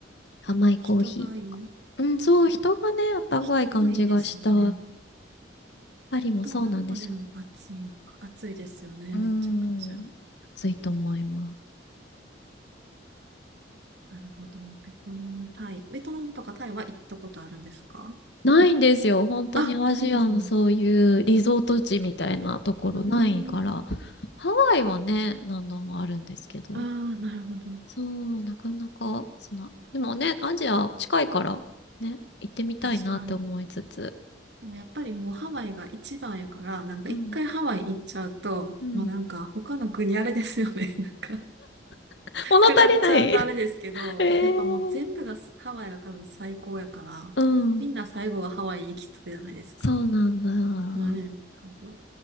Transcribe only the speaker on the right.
人がいい。
人がいいですよね。
ベトナムもでも暑いんか。暑いですよね、
めちゃくちゃ。
なるほど。ベトナム、タイ。ベトナムとかタイは行ったことあるんですか
あ、ないですね。うーん。
ああ、なるほど。
確かに。でもやっぱりもうハワイが一番やから、なんか一回ハワイ行っちゃうと、
もうなんか他の国あれですよね。<laughs> なんか
比べちゃうとあれですけど、
やっぱもう全部がすハワイが多分最高やから、
みんな最後はハワイ行き着くじゃないですか。
うんね、多分。